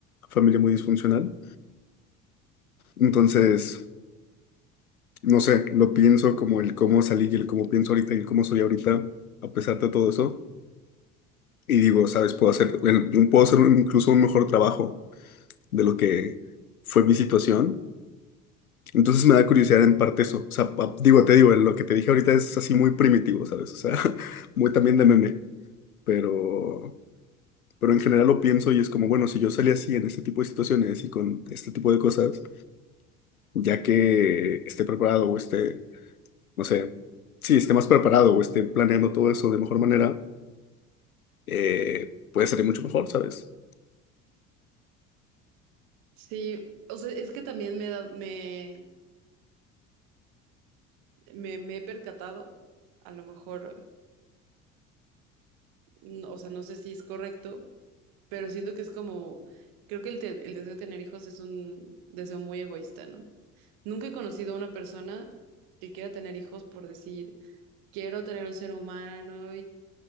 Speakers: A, on the left (about 85°); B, on the right (about 55°).
A: familia muy disfuncional. Entonces, no sé, lo pienso como el cómo salí y el cómo pienso ahorita y el cómo soy ahorita, a pesar de todo eso Y digo, ¿sabes? Puedo hacer, el- puedo hacer un- incluso un mejor trabajo de lo que fue mi situación. Entonces me da curiosidad en parte eso. O sea, pa- digo, te digo, lo que te dije ahorita es así muy primitivo, ¿sabes? O sea, <laughs> muy también de meme. Pero, pero en general lo pienso y es como, bueno, si yo salí así en este tipo de situaciones y con este tipo de cosas, ya que esté preparado o esté, no sé, sí, esté más preparado o esté planeando todo eso de mejor manera, eh, puede salir mucho mejor, ¿sabes?
B: Sí, o sea, es que también me he dado- me, me, me he percatado, a lo mejor, no- o sea, no sé si es correcto, pero siento que es como, creo que el, te- el deseo de tener hijos es un deseo muy egoísta, ¿no? Nunca he conocido a una persona que quiera tener hijos por decir, quiero tener un ser humano